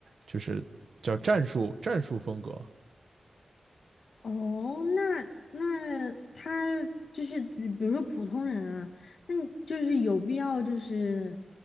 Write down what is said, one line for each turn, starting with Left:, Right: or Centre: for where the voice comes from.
Right: 就是叫战术战术风格。
Left: 哦，那那他就是比比如说普通人啊，那你就是有必要就是